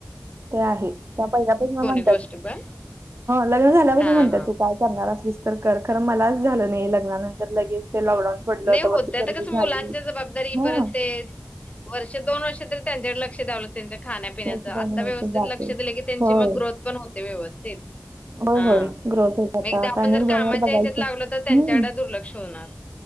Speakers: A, on the right; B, on the left.
A: ते आहे. त्या पहिल्यापासून म्हणतात.
B: गोष्टी पण.
A: लग्न झाल्यापासून
B: हां,
A: म्हणतात
B: हां.
A: तू काय करणार असलीस तर कर. खरं, मलाच झालं नाही लग्नानंतर लगेच ते लॉकडाऊन पडलं
B: नाही होत,
A: त्यावरती
B: आता
A: पोरगी
B: कसं मुलांच्या
A: झाली
B: जबाबदारी
A: हा
B: परत ते वर्ष, दोन वर्ष तरी त्यांच्याकडे लक्ष द्याव लागतं त्यांच्या खाण्यापिण्याच
A: त्याची दोन
B: आता
A: वर्ष
B: व्यवस्थित
A: जाते
B: लक्ष दिलं की त्यांची
A: होय
B: मग ग्रोथ पण होते व्यवस्थित.
A: होय
B: हा
A: होय
B: मग
A: ग्रोथ होत आता
B: एकदा
A: आता
B: आपण
A: आणि
B: जर
A: एक दोन
B: कामाच्या
A: वर बघायचं
B: ह्याच्यात लागलो
A: हम्म
B: तर, त्यांच्याकडे दुर्लक्ष होणार.